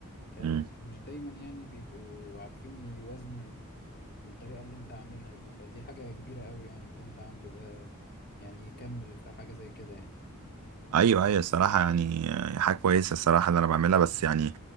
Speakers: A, on the left; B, on the right.
A: آه،
B: مم.
A: مش دايما يعني بيبقوا عارفين يوازنوا بالطريقة اللي انت عاملها دي فدي حاجة كبيرة قوي يعني اللي انت عامله ده يعني يكمل في حاجة زي كده يعني
B: ايوه ايوه الصراحه يعني آه، حاجه كويسه الصراحه اللي انا بعملها بس يعني